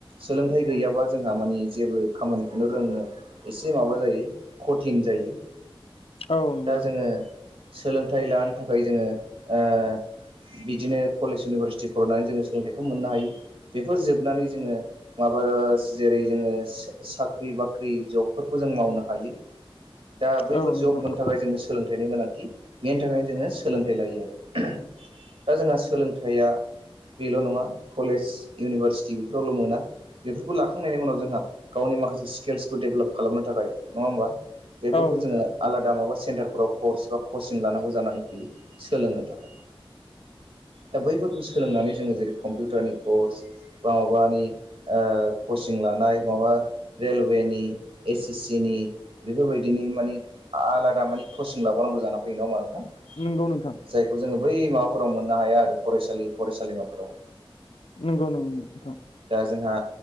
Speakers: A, on the right (about 80°); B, on the left (about 80°).
A: सोलोंथाइ गैयाबा जोंहा माने जेबो खामानिखौनो रोंनो एसे माबा जायो कथिन जायो।
B: औ नंगौ
A: दा जोङो
B: नोंथां
A: सोलोंथाइ लानो थाखाय जोङो ओ बिदिनो कलेज इउनिभारसिटि फरायनानै जोङो सोलोंथाइखौ मोननो हायो। बेफोर जोबनानै जोङो माबा जेरै जोङो साख्रि बाख्रि जबफोरखौ जों मावनो हायो। दा बैफोर
B: औ नंगौ
A: जब
B: नोंथां
A: मोननो थाखाय जोंनो सो लोंथाइनि गोनांथि। बेनि थाखायनो जोङो सोलोंथाइ लायो आरो। दा जोंहा सोलोंथाइया बेल' नङा कलेज इउनिभारसिटि बेफोरावल' मोना। बेफोरखौ लाखांनायनि उनाव जोंहा गावनि माखासे स्किल्सखौ डेभेलप खालामनो थाखाय नङा होमबा? बेफोरखौ
B: औ
A: जोङो आलादा माबा सेन्टारफोराव कर्स बा कचिं लानांगौ जानानै फैयो सोलोंनो थाखाय। दा बैफोरखौ सोलोंनानै जोङो जेरै कम्पिउटारनि कर्स बा माबानि कचिं लानाय माबा रेलवे नि, एस एस सिनि बेफोरबायदिनो माने आलादा मानिे कचिं लाबावोनांगौ जाना फैयो नङा होमबा नोंथां?
B: नोंगौ नोंथां।
A: जायखौ जोङो बै माबाफोराव मोननो हाया आरो फरायसालि फरायसालिमाफोराव।
B: नंगौ नों नोंथां।
A: दा जोंहा